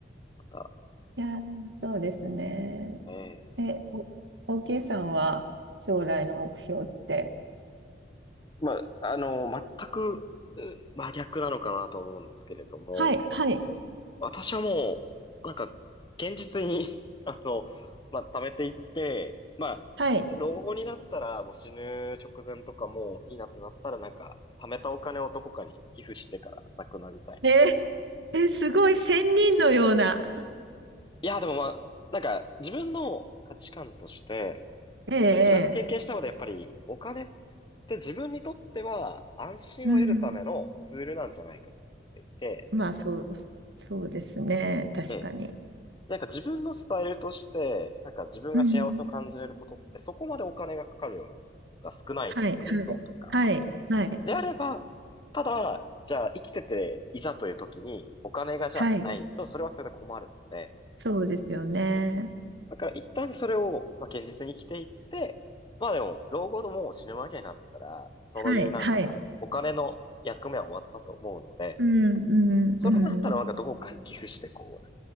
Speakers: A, on the left; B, on the right.
A: また、
B: いやー、そうですね。
A: ええ
B: え、お、OK さんは将来の目標って。
A: まあ、あの、全くう真逆なのかなと思うんですけれども、
B: はい、はい、
A: 私はもう、なんか、現実に <laughs> あの、まあ、貯めていって、まあ、
B: はい。
A: 老後になったら、もう死ぬ直前とかもういいなってなったら、なんか、貯めたお金をどこかに寄付してから亡くなりたいな。
B: えー、えすごい仙人のような。
A: いや、でもまあ、なんか、自分の価値観として、
B: ええええ
A: なんか、いろいろ経験したので、やっぱり、お金って自分にとっては安心を得るためのツールなんじゃないかと思っていて、
B: うん。まあ、そう、そうですね。確かに。
A: ええ。なんか自分のスタイルとして、なんか自分が幸せを感じれることってそこまでお金がかかるようなのが少ないの。
B: うん。はい、はい、
A: 運動とか。
B: はい、はい。
A: であれば、ただ、じゃあ生きてていざという時にお金がじゃあないとそれはそれで困るので、
B: はいそうですよね。
A: だから一旦それを、まあ、現実に生きていって、まあでも、老後のもう死ぬわけになったら、そういうなんかお金の役目は終わったと思うので、
B: はい、はい。うん、うん、
A: それだったらなんかどこかに寄付してこう、
B: うん。